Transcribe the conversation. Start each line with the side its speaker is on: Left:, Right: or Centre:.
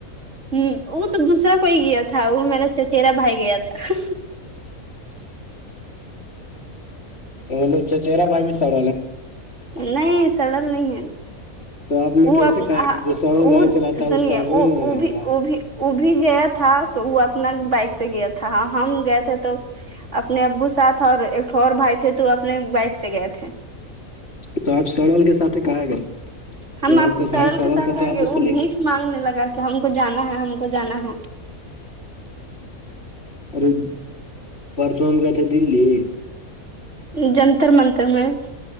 Right: وہ تو دوسرا کوئی گیا تھا وہ میرا چچیرا بھائی گیا تھا
Left: وہ چچہرا بائی بستاڑ
Right: نہیں سرل نہیں ہے
Left: تو آپ نے
Right: وہ
Left: کیسے کہا کہ جو سڑل
Right: وہ
Left: گاڑی چلاتا ہے
Right: سنیے
Left: وہ سڑل میں رہے
Right: بھی
Left: گا
Right: وہ بھی وہ بھی گیا تھا تو وہ اپنا بائک سے گیا تھا ہم گئے تھے تو اپنے ابو ساتھ اور اور بھائی تھے تو اپنے بائک سے گئے تھے
Left: تو آپ سرل کے سات کہاں گئے
Right: ہم
Left: جب
Right: آپ
Left: کا
Right: سرل
Left: بھائی سڑل
Right: کے ساتھ
Left: تھا
Right: کیا
Left: تو آپ
Right: آ گئے
Left: اس
Right: وہ
Left: کو لے
Right: بھیھ مانگنے لگا ہم کو جانا ہے ہم کو جانا ہے
Left: ارے پرس میں گئے تھے دلی
Right: جنتر منتر میں